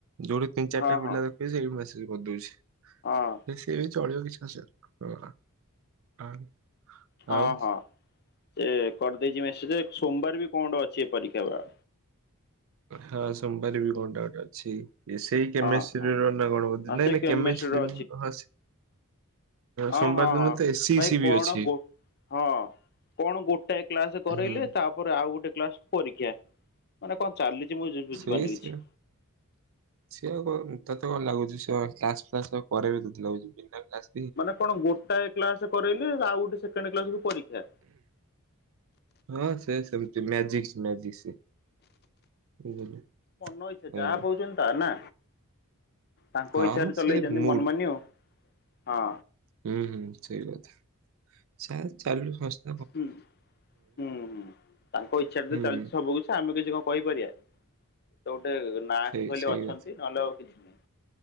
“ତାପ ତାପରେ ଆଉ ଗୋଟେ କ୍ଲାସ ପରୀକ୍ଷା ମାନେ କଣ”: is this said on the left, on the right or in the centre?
Left